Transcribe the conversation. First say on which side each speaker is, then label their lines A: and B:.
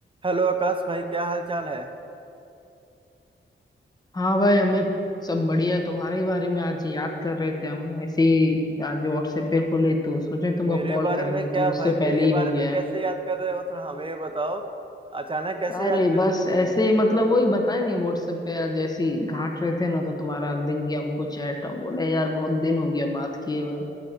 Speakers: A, on the right; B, on the left.
A: Hello Akash भाई क्या हाल चाल है
B: हाँ भाई अमित सब बढ़िया तुम्हारे ही बारे में आज याद कर रहे थे हम ऐसे ही आज व्हाट्सएप पे खुले तो सोचे तुमको
A: मेरे
B: कॉल
A: बारे
B: करेंगे
A: में क्या
B: तुम उससे
A: भाई मेरे
B: पहले ही
A: बारे
B: हो गया
A: में कैसे याद कर रहे हो थोड़ा हमें ये बताओ अचानक कैसे
B: अरे
A: याद कर
B: बस ऐसे
A: लिया
B: ही मतलब वही बताया नहीं व्हाट्सएप पे आज ऐसे ही घाट रहे थे ना तो तुम्हारा दिख गया हमको चैट हम बोले यार बहुत दिन हो गया बात किए हुए